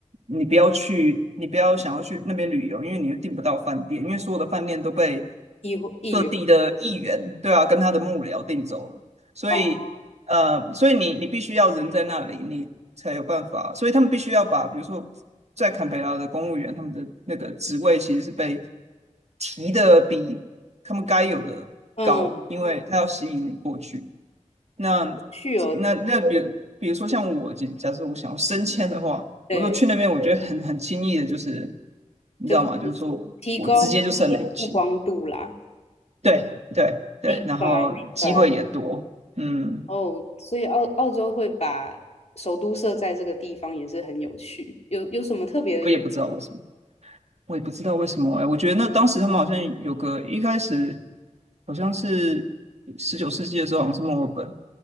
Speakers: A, on the right; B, on the left.
A: 你不要去，你不要想要去那边旅游，因为你又订不到饭店，因为所有的饭店都被
B: 议会议员
A: 各地的议员，对啊，跟他的幕僚定走了，所以呃，
B: 哦，
A: 所以你你必须要人在那里，你才有办法，所以他们必须要把，比如说在坎培拉的公务员，他们的那个职位其实是被提的比他们该有的高，
B: 嗯，
A: 因为他要吸引你过去。那
B: 去哦，
A: 那那比如比如说像我，假假设我想要升迁的话，
B: 对，
A: 我说去那边，我觉得很很轻易的，就是你知道吗？
B: 就是
A: 就是说我直接就升了一级。
B: 提高自己的曝光度啦。
A: 对对对，
B: 明白明白。
A: 然后机会也多，嗯，
B: 哦，所以澳澳洲会把首都设在这个地方也是很有趣，有有什么特别的原
A: 我也不知道为什么，我也不知道为什么哎，我觉得那当时他们好像有个一开始好像是十九世纪的时候，好像是墨尔本，